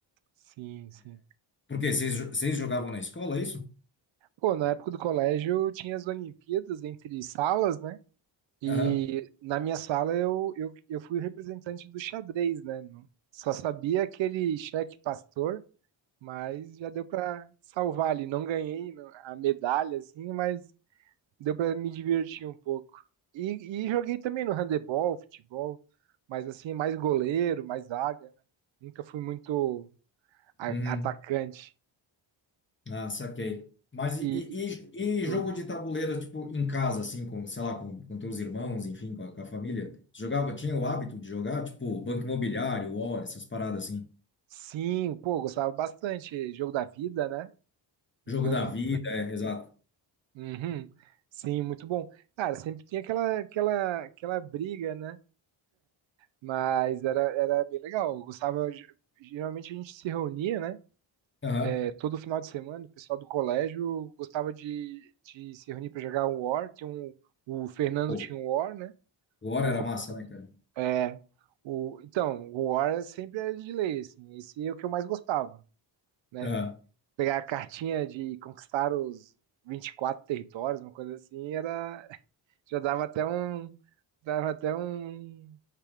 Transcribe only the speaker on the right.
Sim, sim.
Pô, na época do colégio tinha as Olimpíadas entre salas, né? E
na minha sala eu, eu, eu fui o representante do xadrez, né? Não- Só sabia aquele xeque pastor, mas já deu pra salvar ali. Não ganhei não- a medalha, assim, mas deu para me divertir um pouco. E, e joguei também no handebol, futebol, mas assim, mais goleiro, mais zaga, né? Nunca fui muito a-
atacante.
E
e
tu-
sim, pô, gostava bastante. Jogo da vida, né? Banco-
banco-
Uhum. Sim, muito bom. Cara, sempre tinha aquela, aquela, aquela briga, né? Mas era, era bem legal. Eu gostava. de- Geralmente a gente se reunia, né?
É, todo final de semana o pessoal do colégio gostava de, de se reunir para jogar um War. Tinha um, o Fernando
tinha um War, né?
O,
Ro-
é, o, então, o War é sempre era de lei, assim, esse é o que eu mais gostava, né?
Pegar a cartinha de conquistar os 24 territórios, uma coisa assim, era, <laughs> já dava até um, dava até um,